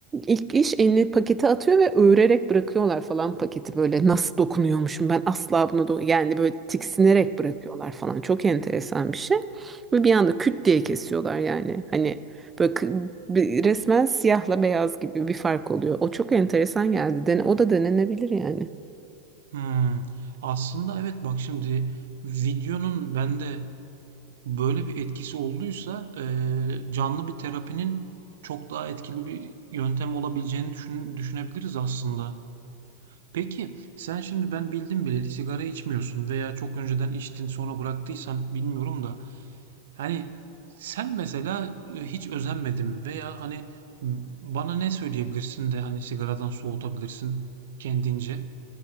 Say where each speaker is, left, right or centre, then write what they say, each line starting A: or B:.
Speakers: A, on the right; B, on the right.
A: ilk iş elini pakete atıyor ve öğrerek bırakıyorlar falan paketi böyle nasıl dokunuyormuşum ben asla bunu do yani böyle tiksinerek bırakıyorlar falan çok enteresan bir şey ve bir anda küt diye kesiyorlar yani hani böyle kı- bir- resmen siyahla beyaz gibi bir fark oluyor o çok enteresan geldi Den o da denenebilir yani
B: Hmm. Aslında evet bak şimdi videonun bende böyle bir etkisi olduysa e, canlı bir terapinin çok daha etkili bir yöntem olabileceğini düşün- düşünebiliriz aslında. Peki sen şimdi ben bildim bileli sigara içmiyorsun veya çok önceden içtin sonra bıraktıysan bilmiyorum da hani sen mesela e, hiç özenmedin veya hani bana ne söyleyebilirsin de hani sigaradan soğutabilirsin kendince?